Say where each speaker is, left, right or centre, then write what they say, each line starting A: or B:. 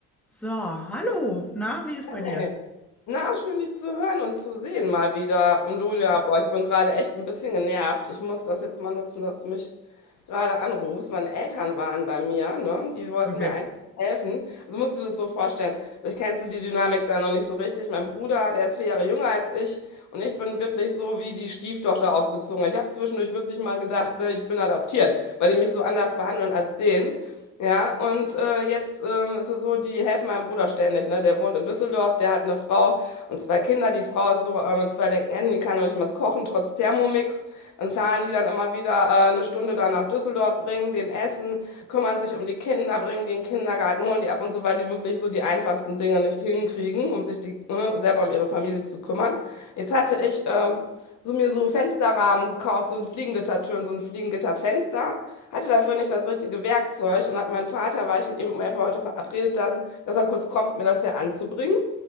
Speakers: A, in the centre; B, on the left.
A: So, hallo. Na, wie ist bei dir?
B: Hey. Na, schön dich zu hören und zu sehen mal wieder. Und du, ja, boah, ich bin gerade echt ein bisschen genervt. Ich muss das jetzt mal nutzen, dass du mich gerade anrufst. Meine Eltern waren bei mir, ne? Die wollten
A: Okay.
B: mir eigentlich helfen. Also musst du dir das so vorstellen. Vielleicht kennst du die Dynamik da noch nicht so richtig. Mein Bruder, der ist vier Jahre jünger als ich und ich bin wirklich so wie die Stieftochter aufgezogen. Ich habe zwischendurch wirklich mal gedacht, ne, ich bin adoptiert, weil die mich so anders behandeln als den. Ja, und äh, jetzt ähm, ist es so, die helfen meinem Bruder ständig, ne? Der wohnt in Düsseldorf, der hat eine Frau und zwei Kinder. Die Frau ist so äh, mit zwei linken Händen, die kann noch nicht mal was kochen, trotz Thermomix. Dann fahren die dann immer wieder äh, eine Stunde da nach Düsseldorf, bringen den Essen, kümmern sich um die Kinder, bringen die in den Kindergarten, holen die ab und so, weil die wirklich so die einfachsten Dinge nicht hinkriegen, um sich die, ne, selber um ihre Familie zu kümmern. Jetzt hatte ich ähm, so mir so Fensterrahmen gekauft, so ein Fliegengittertüren, so ein Fliegengitterfenster hatte dafür nicht das richtige Werkzeug und hab meinen Vater, war ich mit ihm um 11 Uhr heute verabredet, dann, dass er kurz kommt, mir das hier anzubringen.